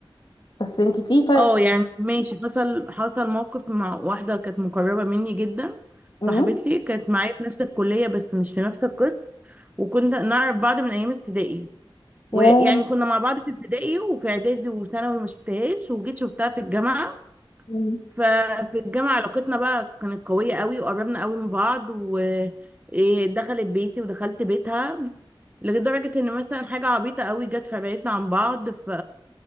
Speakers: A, on the left; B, on the right.
A: بس انت في ف
B: اه يعني ماشي حصل حصل موقف مع واحدة كانت مقربة مني جدا
A: امم
B: صاحبتي كانت معايا في نفس الكلية بس مش في نفس القسم وكنا نعرف بعض من أيام ابتدائي ويعني
A: ياه.
B: كنا مع بعض في ابتدائي وفي إعدادي وثانوي ما شفتهاش وجيت شفتها في الجامعة
A: <laughs> مم.
B: ففي الجامعة علاقتنا بقى كانت قوية قوي وقربنا قوي من بعض ودخلت بيتي ودخلت بيتها لدرجة ان مثلا حاجة عبيطة قوي جت في بعيدنا عن بعض ف